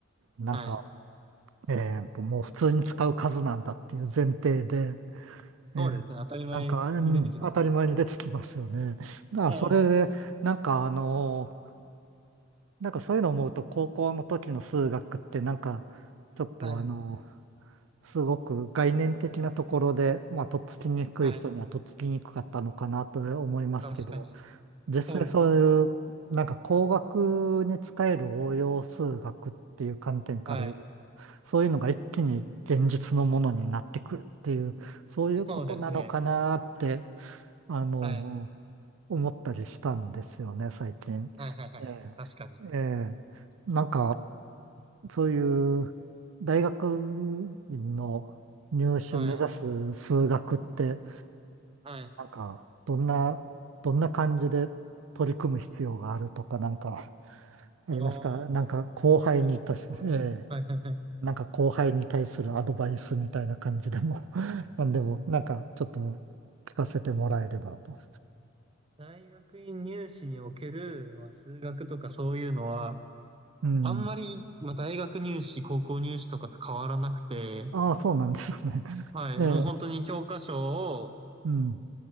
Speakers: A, on the right; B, on the right.
A: なんか、
B: はい。
A: えーと、もう普通に使う数なんだっていう前提で、
B: そうですね。
A: えーなんか、
B: 当たり前に出てきますね。
A: うん、当たり前に出てきますよね。だからそれで、
B: はい。
A: なんかあのなんかそういうのを思うと、高校の時の数学って、なんか、ちょっとあの
B: はい。
A: すごく概念的なところで、まあ、とっつきにくい人にはとっつきにくかったのかなと思いますけど、
B: はい。確かに。
A: 実際そういう、
B: そうですね。
A: なんか工学に使える応用数学っていう観点から、
B: はい。
A: そういうのが一気に現実のものになってくるっていう、そういうことなのかなって、
B: そうですね。
A: あの、
B: はい。
A: 思ったりしたんですよね、最近。
B: はいはいはい。
A: ええ、
B: 確かに。
A: ええ、なんか、そういう大学院の入試目指す数学って、
B: はい。はい。
A: なんか、どんな、どんな感じで取り組む必要があるとか、なんか、ありますかなんか、
B: ああ、大学院入試のね。
A: 後輩にた、<laughs> ええ、
B: はいはいはい。
A: なんか後輩に対するアドバイスみたいな感じでも <laughs> なんでも、なんか、ちょっと聞かせてもらえればと。
B: 大学院入試における、まあ、数学とかそういうのは、
A: うん。
B: あんまり、まあ、大学入試、高校入試とかと変わらなくて、
A: ああ、そうなんですね。<laughs>
B: はい、
A: ええ、
B: もう本当に教科書を
A: うん、